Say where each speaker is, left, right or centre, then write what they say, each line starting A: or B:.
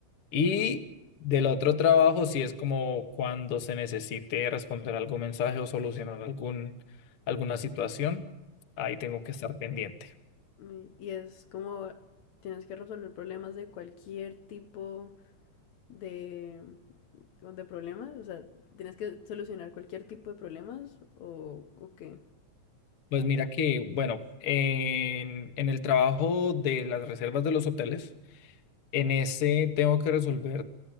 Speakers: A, on the left (about 55°); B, on the left (about 70°).
A: Y del otro trabajo, si es como cuando se necesite responder algún mensaje o solucionar algún, alguna situación, ahí tengo que estar pendiente.
B: Y y es como, tienes que resolver problemas de cualquier tipo. de, de problemas? O sea, ¿tienes que solucionar cualquier tipo de problemas o, o qué?
A: Pues mira que, bueno, en, en el trabajo de las reservas de los hoteles, En ese tengo que resolver